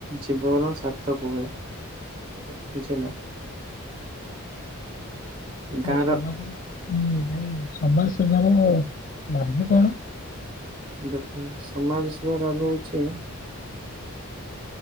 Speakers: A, on the right (about 25°); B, on the left (about 35°).
A: ଜୀବନ ସାର୍ଥକ ହୁଏ ବୁଝିହେଲା। ଗାଁର
B: ସମାଜ ହୁଁ ଭାଇ ସମାଜ ସେବାର ଲାଭ କଣ?
A: ଦେଖନ୍ତୁ ସମାଜ ସେବା ଲାଭ ହଉଚି